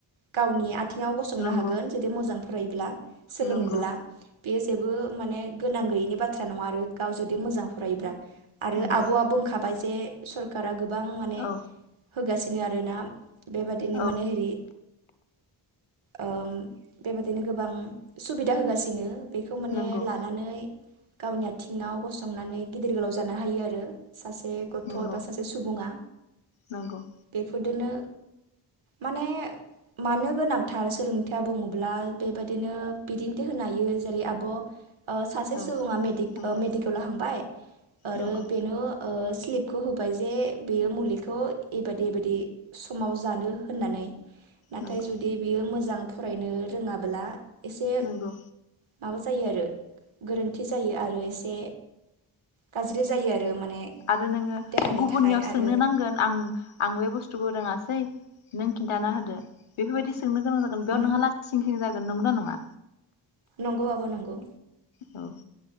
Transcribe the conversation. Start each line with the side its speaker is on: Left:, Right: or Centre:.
Right: गावनि आ थिंङाव गसंनो
Left: नंगौ
Right: हागोन जुदि मोजां फरायोब्ला सोलोंङोब्ला
Left: नंगौ
Right: बेयो जे बो माने गोनां गैयैनि बाथ्रा नङा आरो गाव जुदि मोजां फरायोब्ला आरो
Left: नंगौ
Right: आब'आ बुंखाबाय जे सरकारा गोब गोबां माने
Left: औ
Right: होगासिनो आरोना बेबादिनो
Left: औ
Right: माने हिरि ओ-म बेबादिनो गोबां सुबिदा होगासिनो। बेखौ माने
Left: नंगौ
Right: लानानै। गावनि आथिंआव गसंनानै गिदिर गोलाव जानो हायो आरो सासे गथ
Left: नंगौ
Right: बा सासे सुबुङा।
Left: नंगौ
Right: बेफोरदोनो माने मानो गोनांथार सोलोंथाया बुङोब्ला बेबदिनो बिदिन्थि होनो हायो जेरै आब ओ सासे
Left: औ
Right: सुबुङा मेडि
Left: नंगौ
Right: ओ मेडिकलाव हांबाय। आरो
Left: नंगौ
Right: बेनो ओ स्लिपखौ होबाय जे बेयो मुलिखौ। एबायदि एबायदि समाव जानो होननानै। नाथाय
Left: नंगौ
Right: जुदि बियो मोजां फरायनो रोङाब्ला एसे
Left: नंगौ
Right: माबा जायो आरो गोरोन्थि जायो आरो एसे गाज्रि जायो आरो। माने
Left: आरो नोङो
Right: देहानि
Left: गुबुननियाव
Right: थाखाय
Left: सोंनो
Right: आरो
Left: नांगोन आं आं बे बुस्थुखौ रोङासै नों खिन्थाना होदो बेफोरबायदि सोंनो गोनां जागोन बेयाव
Right: न
Left: नोंहा लासिं जागोन नंगोना नङा
Right: नंगौ आब नंगौ
Left: औ